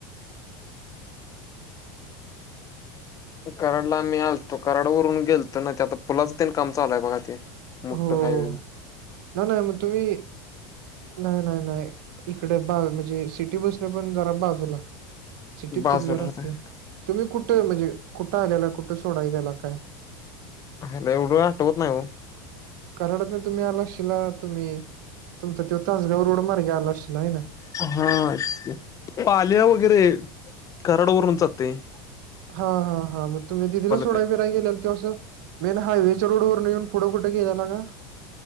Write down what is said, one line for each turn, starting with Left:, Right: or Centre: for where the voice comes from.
Left: कराडला आम्ही आलतो, कराड वरून गेलतो ना ते आता पुलाचं तेन काम चालूय बघा ते. मोट्टं
Right: हो.
Left: हायवे
Right: नाही नाही मग तुम्ही नाही नाही नाही, इकडे बाज म्हणजे सिटी बसनं पण जरा बाजूला सिटीत
Left: बाजूला
Right: कुठल्या राहते,,
Left: राहताय
Right: तुम्ही कुठं म्हणजे कुठं आल्याला, कुठं सोडाय गेला काय?
Left: आयला एवढं आठवत नाही ओ.
Right: कराडतनं तुम्ही आला आशिला तुम्ही तुमचा तो तासगाव रोड मार्गे आला आशिला हाय ना.
Left: हा, पाल्या वगैरे, कराड वरूनच जातय.
Right: हा हा हां, मग तुम्ही दिदीला सोडा
Left: तेन
Right: बीडाय गेल्याल त्यो असं मेन हायवेच्या रोड वरनं येऊन फुढं कुठं गेल्याला का?